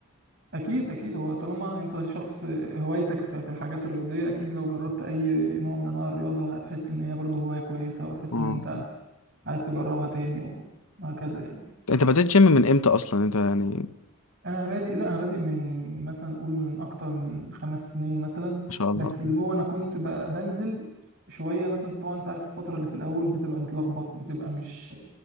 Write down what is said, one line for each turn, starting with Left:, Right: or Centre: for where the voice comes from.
Right: اكيد اكيد هو طالما انت شخص هوايتك في في الحاجات الرياضية اكيد لو جربت اي نوع من انواع الرياضة هتحس ان هي برضه هواية كويسة وهتحس
Left: اه
Right: ان انت عايز تجربها تاني وهكذا يعني
Left: انت بدأت جيم من امتى اصلا انت يعني
Right: انا بادئ لا انا بادئ من مثلا قول من اكتر من خمس سنين مثلا
Left: ما شاء الله
Right: بس اللي هو انا كنت ب- بنزل شوية مثلا طبعا انت عارف الفترة اللي في الأول بتبقى متلخبط بتبقى مش